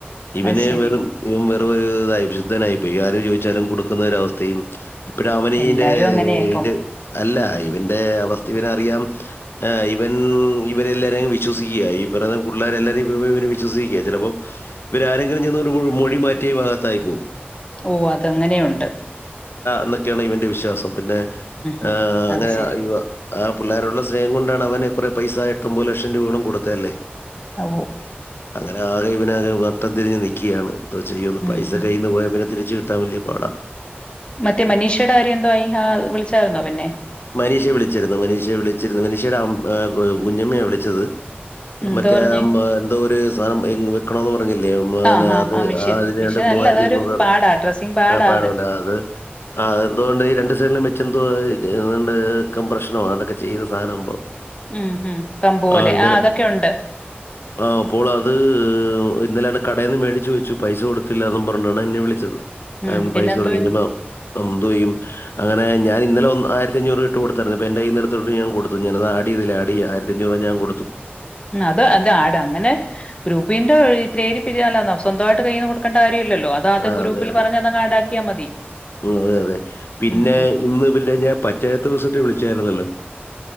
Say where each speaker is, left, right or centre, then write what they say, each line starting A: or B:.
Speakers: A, on the left (about 70°); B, on the left (about 25°).
A: ഇവനെ
B: അത് ശരി
A: വെറും ഇവൻ വെറും ഇതായിശുദ്ധനായി പോയി ആരു ചോദിച്ചാലും കൊടുക്കുന്ന ഒര അവസ്ഥയും ഇപ്പഴും അവനീൻ്റെ
B: എല്ലാരും അങ്ങനെയാ ഇപ്പം
A: ഇന്റെ അല്ല ഇവന്റെ അവസ്ഥ ഇവനറിയാം ഇവൻ ഇവരെല്ലാരെയും വിശ്വസിക്കുക ഈ പറഞ്ഞ പിള്ളേരെ എല്ലാരെയും ഇവ വിശ്വസിക്കുക ചിലപ്പോ ഇവരാരെങ്കിലും ചെന്നൊരു മൊഴി മാറ്റിയ ഇവൻ അകത്തായിപ്പോകും
B: ഓ അതെങ്ങനെയുണ്ട്
A: ന്നൊക്കെയാണ് ഇവൻ്റെ വിശ്വാസം പിന്നെ
B: ഉം
A: ആ അങ്ങനെ
B: അത് ശരി
A: ഇവ ആ പിള്ളേരോടുള്ള സ്നേഹം കൊണ്ടാണ് അവനെ കുറെ പൈസ എട്ട് ഒൻപത് ലക്ഷം രൂപയോളം കൊടുത്ത അല്ലേ
B: ഓ
A: അങ്ങനെ ആകെ ഇവാനാകെ നട്ടം തിരിഞ്ഞ് നിൽക്കുകയാണ് ന്തോ ചെയ്യന്ന്
B: ഉം
A: പൈസ
B: ഉം
A: കയ്യിന്ന് പോയാ പിന്നെതിരി ച്ചു കിട്ടാൻ വലിയ പാട
B: മറ്റേ മനീഷയുടെ കാര്യം എന്തോ ആയി ആ വിളിച്ചായിരുന്നോ പിന്നെ
A: മനീഷെ വിളിച്ചിരുന്നു മനീഷെ വിളിച്ചിരുന്നു മനീഷയുടെ ആ കുഞ്ഞമ്മയാണ് വിളിച്ചത്
B: ഉം, എന്തോ
A: മറ്റേ
B: പറഞ്ഞ്
A: എന്തോ ഒരു സാധനം വെക്കണന്ന് പറഞ്ഞില്ലേ മന്നെ
B: ആ ആ
A: അത്
B: മെഷീൻ
A: ആ അതിനണ്ട്
B: മെഷീൻ
A: മൂവായിരത്തി
B: അല്ല അതൊരു
A: അഞ്ഞൂറ്
B: പാടാ
A: രൂപ
B: ഡ്രസ്സിങ് പാടാ
A: ആ പാടല്ലേ അത് ആ എന്തണ്ട് ഈ രണ്ട് സീനും വെച്ച് എന്തോ ഇതാണ്ട് കംപ്രഷനോ അതണ്ടൊക്കെ ചെയ്യുന്ന സാധനം ഇമ്പ
B: ഉം ഉം പമ്പ് പോലെ
A: ആ അങ്ങനെ
B: അതൊക്കെ ഉണ്ട്
A: ആ അപ്പോൾ അത് ഇന്നലെയാണ് കഡേൽ നിന്ന് മേടിച്ച് വച്ചു പൈസ കൊടുത്തില്ല എന്ന് പറണ്ടാണ് എന്നെ വിളിച്ചത്
B: ഉം
A: അ
B: പിന്നെന്തോ
A: പൈസ കൊടുക്കപ്പ
B: ഇത്?
A: <unintelligible> യും അങ്ങനെ ഞാൻ ഇന്നലെ വന്ന ആയിരത്തി അഞ്ഞൂറ് ഇട്ട് കൊടുത്തരുന്നു ഇപ്പ എന്റെ കയ്യിന്ന് എടുത്തിട്ട് ഞാൻ കൊടുത്തു ഞാനത് അടിയതില്ല അട ആയിര അഞ്ഞൂറ് ഞാൻ കൊടൂ ത്തു
B: ഉം അത് അത് ആട് അങ്ങനെ ഗ്രൂപ്പിന്റെ പ്രേരിരില്ല സ്വന്തമായിട്ട് കയ്യിൽന്ന് കൊടുക്കേണ്ട ല്ലല്ലോ അതാത്
A: ആ
B: ഗ്രൂപ്പിൽ
A: അതെ അതെ
B: പറഞ്ഞ അതങ് ആടാക്കിയാൽ മതി
A: അതെ അതെ പിന്നെ
B: ഉം ഉം
A: ഇന്ന് <unintelligible> പഞ്ചായത്ത്‌ ദിവസട്ട് വിളിച്ചായിരുന്നല്ലോ